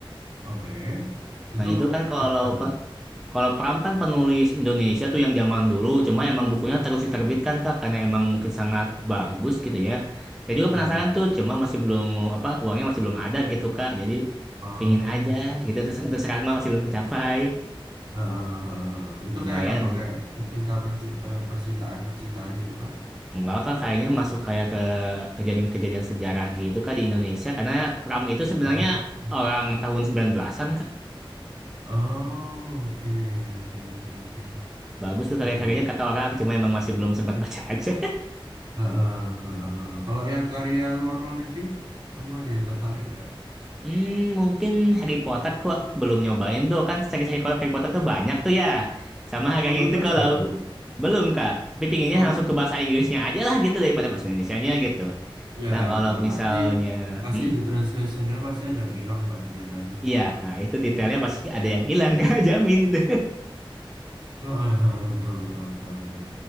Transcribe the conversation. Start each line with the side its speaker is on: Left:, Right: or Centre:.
Right: Oke. Itu
Centre: Nah, itu kan kalau
Right: kayak apa tuh?
Centre: pe- kalau Pram kan penulis Indonesia tuh yang zaman dulu, cuma emang bukunya terus
Right: Oke.
Centre: diterbitkan Kak karena emang mungkin sangat bagus gitu ya. Saya juga penasaran
Right: Heeh.
Centre: tuh, cuma masih belum apa uangnya masih belum ada gitu Kak. Jadi
Right: Oh,
Centre: pingin aja
Right: oke. oke.
Centre: gitu untuk, untuk sekarang mah masih belum kecapai.
Right: Heeh, heeh, heeh. Itu
Centre: Lumayan
Right: kayak apa?
Centre: sih.
Right: Kayak percintaan percintaan percintaan gitu kah?
Centre: Enggak kak, kayaknya masuk kayak ke kejadian-kejadian sejarah gitu kak di Indonesia. Karena Pram itu sebenarnya
Right: Oh,
Centre: orang tahun 19-an kak.
Right: oh, oke, oke, oke, oke.
Centre: Bagus tuh karya-karyanya
Right: Iya, iya.
Centre: kata orang, cuma emang masih belum sempat baca aja. <laughs>
Right: Heeh, heeh, heeh. Kalau yang karya luar luar negeri, kamu ada yang tertarik nggak?
Centre: Hmm, mungkin Harry Potter kok belum nyobain tuh. Kan cari-cari kolab Harry Potter tuh banyak tuh ya. Sama harganya
Right: Oh, belum
Centre: itu
Right: baca
Centre: kalau
Right: kamu?
Centre: belum kak. Tapi pinginnya
Right: Oh,
Centre: langsung ke bahasa Inggrisnya aja lah gitu daripada bahasa Indonesianya gitu.
Right: ya
Centre: Nah kalau
Right: betul.
Centre: misalnya,
Right: Pasti, pasti
Centre: hmm,
Right: di translationnya pasti ada yang hilang pasti ya kan?
Centre: iya kak, itu detailnya pasti ada yang hilang kak, <laughs> jamin itu.
Right: Heeh, heeh, betul, betul, betul, betul.